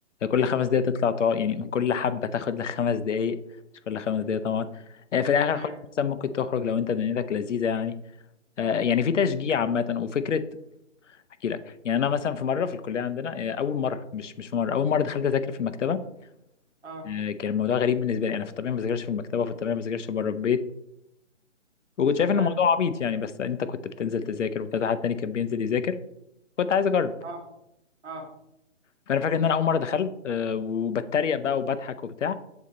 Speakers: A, on the left; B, on the right.
A: كل خمس دقايق تطلع تقعد يعني من كل حبه تاخد لك خمس دقايق مش كل خمس دقايق طبعا آه في الاخر
B: ايوه
A: خالص مثلا ممكن تخرج لو انت دنيتك لذيذه يعني آه يعني في تشجيع عامه وفكره احكي لك يعني انا مثلا في مره في الكليه عندنا آه، اول مره مش مش في مره اول مره دخلت اذاكر في المكتبه
B: اه
A: آه، كان الموضوع غريب بالنسبه لي انا في الطبيعه ما بذاكرش في المكتبه وفي الطبيعه ما بذاكرش بره البيت وكنت شايف
B: تمام
A: ان الموضوع عبيط يعني بس انت كنت بتنزل تذاكر وكذا حد تاني كان بينزل يذاكر كنت عايز اجرب
B: اه اه
A: فانا فاكر ان انا اول مره دخلت
B: اه
A: آه، وبتريق بقى وبضحك وبتاع